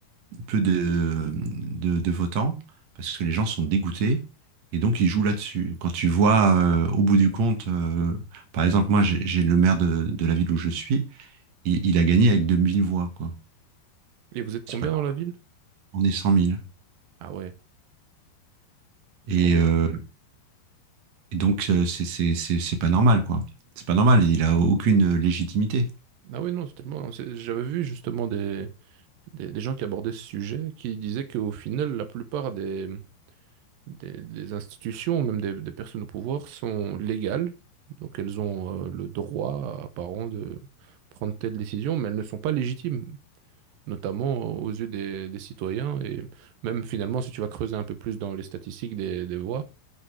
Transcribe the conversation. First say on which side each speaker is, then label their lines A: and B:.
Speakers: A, on the right; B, on the right.
A: peu de, de, de votants parce que les gens sont dégoûtés et donc ils jouent là-dessus. Quand tu vois euh, au bout du compte, euh, par exemple, moi j'ai j'ai le maire de, de la ville où je suis, il, il a gagné avec 2000 voix, quoi.
B: Et vous êtes
A: C'est
B: combien
A: pas,
B: dans la ville?
A: on est cent mille
B: Ah ouais,
A: Et,
B: ah ouais.
A: euh, et donc euh, c'est c'est- c'est- c'est pas normal, quoi. C'est pas normal, il a aucune légitimité.
B: Ah ouais, non, totalement. C'est- J'avais vu justement des, des, des gens qui abordaient ce sujet, qui disaient qu'au final, la plupart des, des, des institutions, même des, des personnes au pouvoir, sont légales. Donc elles ont euh, le droit apparent de prendre telle décision, mais elles ne sont pas légitimes. notamment aux yeux des, des citoyens. Et même finalement, si tu vas creuser un peu plus dans les statistiques des, des voix,